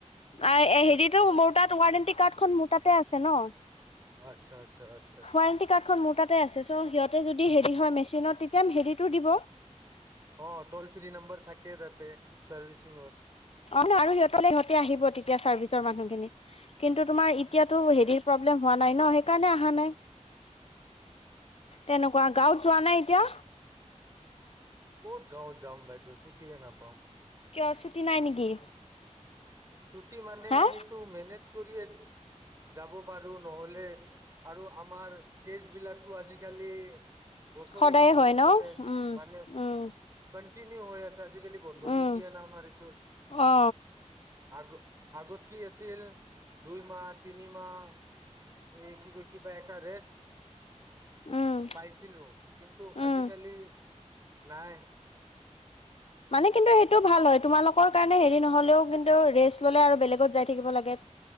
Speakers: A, on the left; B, on the right.
A: আহ এ হেৰিতো
B: আচ্ছা
A: মোৰ ৱাৰেণ্টি কাৰ্ডখন মোৰ তাতে আছে ন
B: আচ্ছা আচ্ছা আচ্ছা <inaudible>
A: ৱাৰেণ্টি কাৰ্ডখন মোৰ তাতে আছে সিহঁতৰ যদি
B: উম
A: হেৰি হয় মেচিনত তিত তিয়াম হেৰিটো দিব
B: অ টল ফ্ৰী নম্বৰ থাকে তাতে চাৰ্ভিচিংৰ
A: অ ন আৰু সিহঁতলে সিহঁতে আহিব তেতিয়া চাৰ্ভিচৰ মানুহখিনি কিন্তু তোমাৰ এতিয়াতো
B: অ
A: হেৰিৰ প্ৰব্লেম হোৱা নাই ন সেই কাৰণে অহা নাই তেনেকুৱা গাঁৱত যোৱা নাই এতিয়া।
B: ক'ত গাঁওত যাম বাইদেউ চুটিয়ে নাপাওঁ।
A: কিয় ছুটি নাই নেকি।
B: ছুটি মানে
A: হা
B: আমিতো মেনেজ কৰিয়ে। যাব পাৰোঁ। নহ'লে আৰু আমাৰ কে। বিলাকতো আজিকালি। বছৰে
A: সদায়ে
B: বছৰে
A: হয় ন
B: চলে
A: উম
B: মানে।
A: উম
B: ণ্টিনিউ হৈ আছে। আজিকালি বন্ধ
A: উম
B: নিদিয়ে না আমাৰ এইটোত।
A: অ
B: আগ আগত কি আছিল দুইমাহ। তিনিমাহ এই কি কয় কিবা। ৰেষ্ট।
A: উম
B: পাইছিলোঁ কিন্তু আজিকালি।
A: উম
B: নাই।
A: মানে কিন্তু সেইটো ভাল হয় তোমালোকৰ কাৰণে হেৰি নহলেও কিন্তু ৰেষ্ট ল'লে আৰু বেলেগত যাই থাকিব লাগে।